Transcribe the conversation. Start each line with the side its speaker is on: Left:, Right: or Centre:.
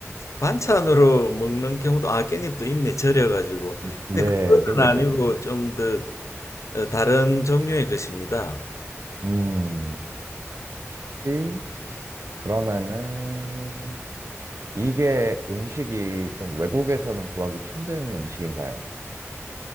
Left: 반찬으로 먹는 경우도 아 깻잎도 있네 절여가지고
Right: <laughs> 네,
Left: 근데 그거는
Right: 깻잎절임.
Left: 아니고 좀더 어, 다른 종류의 것입니다.
Right: 음, 혹시 그러면은 이게 음식이 좀 외국에서는 구하기 힘든 음식인가요?